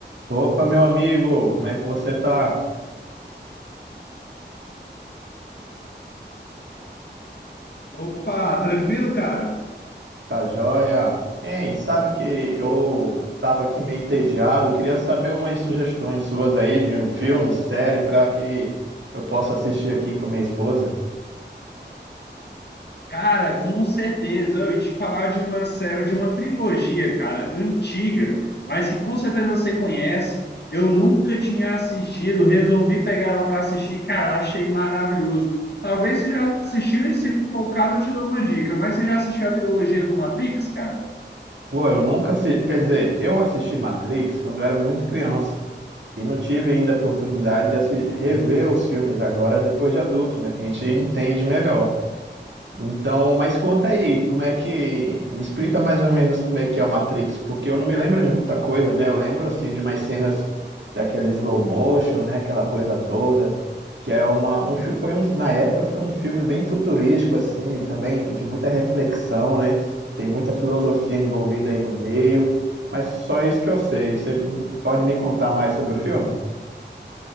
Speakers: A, on the right; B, on the left.
A: Opa, meu amigo, como é que você tá?
B: Opa, tranquilo, cara?
A: Tá joia? Hein, sabe que eu tava aqui meio entediado, queria saber umas sugestões suas aí de um filme, série, para que eu possa assistir aqui com minha esposa.
B: Cara, com certeza. Eu ia te falar de uma série, de uma trilogia, cara, antiga, mas que com certeza você conhece. Eu nunca tinha assistido, resolvi pegar ela para assistir, cara, achei maravilhoso. Talvez você já assistiu, e se for o caso, eu te dou uma dica. Mas você já assistiu a trilogia do Matrix, cara?
A: Pô, eu nunca assisti, quer dizer, eu assisti Matrix quando eu era muito criança e não tive ainda a oportunidade de assi- rever os filmes agora depois de adulto, né, que a gente entende melhor. Então, mas conta aí, como é que. Me explica mais ou menos como é que é o Matrix, porque eu não me lembro de muita coisa, né? Eu lembro, assim, de umas cenas daquele slow motion, né? Aquela coisa toda, que é uma. Um, fi- foi um, na época foi um filme bem futurístico, assim, também de muita reflexão, né? Tem muita filosofia envolvida aí no meio, mas só isso que eu sei. Você pode me contar mais sobre o filme?